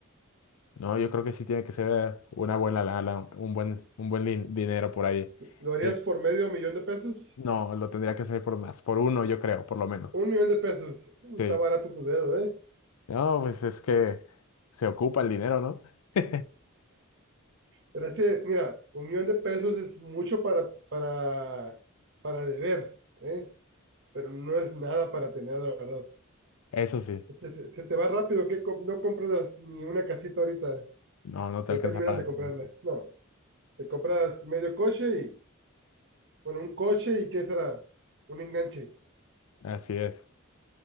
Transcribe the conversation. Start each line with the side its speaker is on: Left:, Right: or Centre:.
Left: No, yo creo que sí tiene que ser una buena lana, un buen, un buen lin- dinero por ahí.
Right: ¿Lo harías
Left: Eh,
Right: por medio millón de pesos?
Left: no, lo tendría que hacer por más, por uno yo creo, por lo menos.
Right: Un millón de pesos. Uh,
Left: Sí.
Right: está barato tu dedo, ¿eh?
Left: No, pues es que se ocupa el dinero, ¿no? <laughs>
Right: Pero es que, mira, un millón de pesos es mucho para, para, para deber, ¿eh? Pero no es nada para tener, la verdad.
Left: Eso sí,
Right: Este, se, se te va rápido, que com- no compras ni una casita ahorita.
Left: no, no te
Right: No
Left: alcanza
Right: terminas
Left: para...
Right: de comprarla.
Left: nada.
Right: No, te compras medio coche y, bueno, un coche y ¿qué será? Un enganche.
Left: Así es.